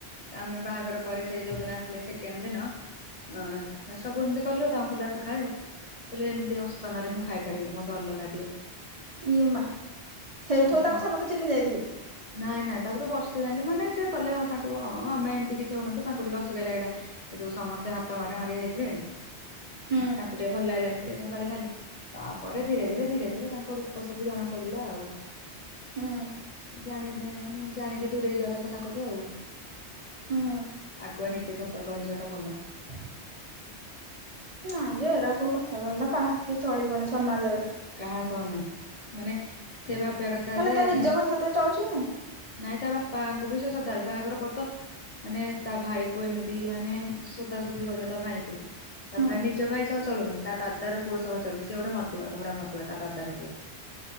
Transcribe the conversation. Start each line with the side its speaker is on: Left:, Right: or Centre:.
Left: ଆମେ ବାହାଘର ପରେ ସେ ଯୋଉଦିନ ଆସିଲେ ସେକେଣ୍ଡ ଦିନ, ଅ ସବୁ ଏମିତି କଲୁ, ତାଙ୍କୁ କହିଲୁ ଆସ ଖାଇବୁ, କହିଲେ ଏମିତି ଅସନାରେ ମୁଁ ଖାଇପାରିବିନି ମୋତେ ଅଲଗା ଦିଅ।
Right: ଇଏ ମା ହେଇଠୁ
Left: ଏ ତାଙ୍କ
Right: ତାଙ୍କୁ ସମସ୍ତେ ଚିହ୍ନି ଯାଇଥିବେ।
Left: ନାଇଁ ନାଇଁ ତାପରେ ବର୍ଷେ ଯାଇନି ମାନେ ସେ ଗଲେ ତାଙ୍କୁ ହଁ ଆମେ ଏମିତି କିଛି ହଉନୁ ତ ତାଙ୍କୁ ଟିକେ ଅସୁକିଆ ଲାଗିଲା। ଏ ଯୋଉ ସମସ୍ତେ ହାତ ମାରା ମାରି ହେଇଥିଲେ ତାଙ୍କୁ
Right: ହୁଁ
Left: ଟିକେ ଭଲ ଲାଗିଲାନି ଯେ। <inaudible> କଲେ ଖାଲି ତାପରେ ଧୀରେ ଧୀରେ ଧୀରେ ଧୀରେ ତାଙ୍କ ରୂପ ସବୁ ଜଣା ପଡିଲା ଆଉ।
Right: ହୁଁ।
Left: ଜାଣିଦେ ମାନେ ଜାଣିକି ଦୂରେଇ ଯିବା କଥା ତାଙ୍କଠୁ ଆଉ।
Right: ହୁଁ।
Left: ଆଗୁଆ ନିଜେ ସତର୍କ ହେଇଯିବା ଟା ଭଲ।
Right: ହ ନା ଯେ ଏରା କୋଉ କଥା କହିଲ କାହା ସାଥିରେ ଚଳିବନି ସମାଜରେ।
Left: କାହା ସହନାଇଁ ମାନେ ସେ ଭାବିବା କଥା
Right: ମାନେ
Left: ଯେ
Right: ତା ନିଜ
Left: ନାଇଁ
Right: ଘର ସାଥିରେ ଚଳୁଛି କି ନାଇଁ
Left: ନାଇଁ ତା ବାପାଙ୍କୁ ବି ସେ ସଦା ବେଳେ ବାହାଘର ପରେତ ମାନେ ତା ଭାଇକୁ ଏମିତି ମାନେ ସୋଦାସୋଦି କରିବ ତା ଭାଇକୁ। ତା
Right: ହୁଁ
Left: ଭାଇ ନିଜ ଭାଇ ସହ ଚଳୁନି ତା ଦାଦାର ପୁଅ ସହ ଚଳୁଚି, ସେ ଗୋଟେ ମଦୁଆ। ଘୋଡ଼ା ମଦୁଆ ତା ଦାଦାର ପୁଅ।